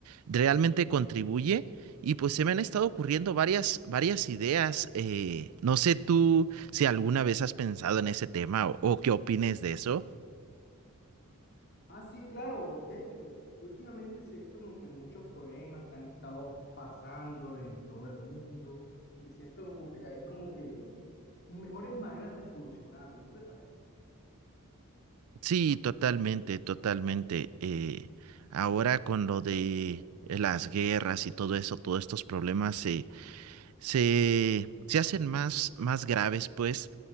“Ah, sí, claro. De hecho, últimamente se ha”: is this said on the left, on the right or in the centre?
Left